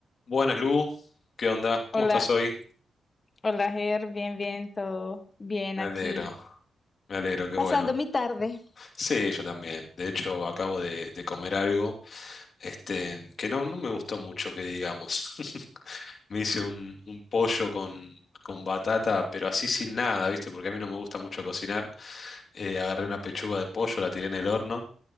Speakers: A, on the left; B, on the left.
A: Buenas, Lu. ¿Qué onda? ¿Cómo
B: Hola,
A: estás hoy?
B: hola Ger, bien, bien, todo bien
A: Me
B: aquí,
A: alegro, me alegro, qué
B: pasando
A: bueno.
B: mi tarde.
A: Sí, yo también. De hecho, acabo de, de comer algo, este, que no, no me gustó mucho, que digamos. <laughs> Me hice un, un pollo con, con batata, pero así sin nada, ¿viste? Porque a mí no me gusta mucho cocinar. Eh, agarré una pechuga de pollo, la tiré en el horno,